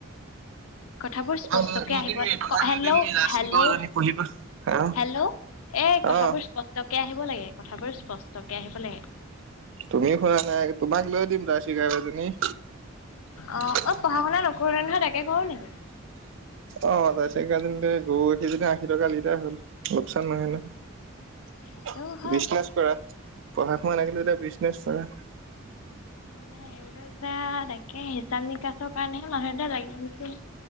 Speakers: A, on the left (about 80°); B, on the right (about 60°).
A: কথাবোৰ
B: তোমাক
A: স্পষ্টকে আহিব
B: লৈ দিম নি তোমাক
A: হেল্ল'
B: লৈ দিম নি জাৰ্চি
A: হেল্ল'
B: গৰুজনী পুহিবা হা
A: হেল্ল' এই কথাবোৰ
B: অ
A: স্পষ্টকে আহিব লাগে। এই কথাবোৰ স্পষ্টকৈ আহিব লাগে।
B: তুমি শুনা নাই তোমাক লৈ দিম যাচি গাই এজনী। আমনি
A: অ
B: <inaudible>
A: অ পঢ়া শুনা নকৰো নহয় তাকে কৰো নেকি?
B: অ যাৰ্চি গাই এজনী লৈ গৰু গাখীৰ যদি আজি টকা লিটাৰ হয়। লোকচান নাই নহয় ন।
A: সেইটো হয়
B: বিজনেছ কৰা পঢ়া শুনা এৰা এতিয়া বিজনেছ কৰা।
A: পঢ়া শুনা এইৰিলো যদি তাকে হিচাম নিকাচৰ কাৰণেহে মানুহ এটা লাগিব নেকি?